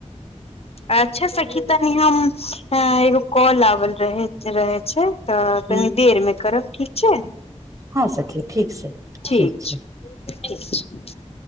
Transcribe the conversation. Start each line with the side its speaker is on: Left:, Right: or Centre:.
Left: अच्छा सखी तानी हम एं एगो कॉल आबल रहे। रहै छैय तऽ
Right: हूँ
Left: तनी देरमे करब ठीक छैय।
Right: हा सखी ठीक से, ठीक
Left: ठीक
Right: छै
Left: छैय, ठीक छैय।